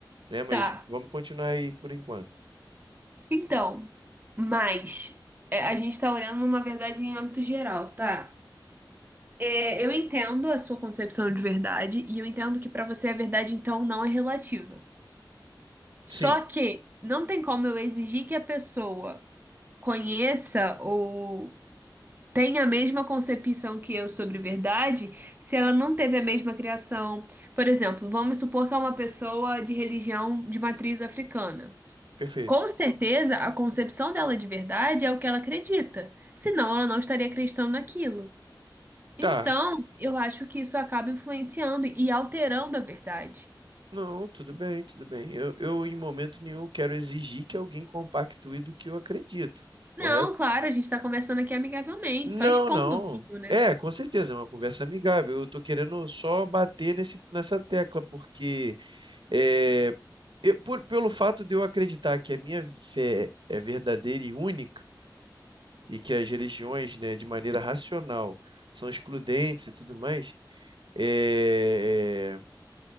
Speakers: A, on the right (about 80°); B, on the right (about 25°).
A: né? Mas
B: tá.
A: vamos continuar aí por enquanto.
B: Então, mas é, a gente tá olhando numa verdade em âmbito geral, tá? É, eu entendo a sua concepção de verdade e eu entendo que pra você a verdade então não é relativa. Só
A: Sim,
B: que não tem como eu exigir que a pessoa conheça ou tenha a mesma concepção que eu sobre verdade se ela não teve a mesma criação. Por exemplo, vamos supor que é uma pessoa de religião de matriz africana.
A: perfeito.
B: Com certeza, a concepção dela de verdade é o que ela acredita, senão ela não estaria acreditando naquilo. Então,
A: Tá.
B: eu acho que isso acaba influenciando e alterando a verdade.
A: Não, tudo bem, tudo bem. Eu, eu em momento nenhum quero exigir que alguém compactue do que eu acredito, correto?
B: Não, claro, a gente tá conversando aqui amigavelmente,
A: Não,
B: só expondo
A: não.
B: mesmo, né?
A: É, com certeza, é uma conversa amigável. Eu tô querendo só bater nesse, nessa tecla, porque é, eu- por- pelo fato de eu acreditar que a minha fé é verdadeira e única, e que as religiões, né, de maneira racional, são excludentes e tudo mais, é,